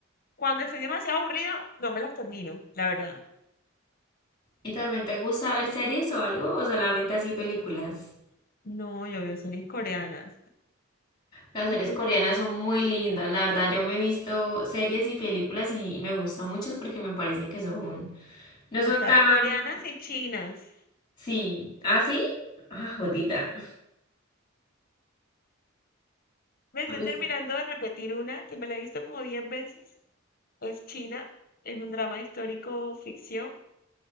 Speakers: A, on the left; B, on the left.
A: Cuando estoy demasiado aburrida, no me las termino, la verdad.
B: ¿Y también te gusta ver series o algo o solamente así películas?
A: No, yo veo series coreanas.
B: Las
A: Y
B: series
A: tú,
B: coreanas son muy lindas, la verdad yo me he visto series y películas y me gustan muchas porque me parece que son, no
A: total,
B: son tan,
A: coreanas y chinas.
B: sí, ¿ah, sí? Ah, jodida.
A: Me
B: Pero
A: estoy terminando
B: sí.
A: de repetir una que me la he visto como 10 veces. Es China, es un drama histórico ficción,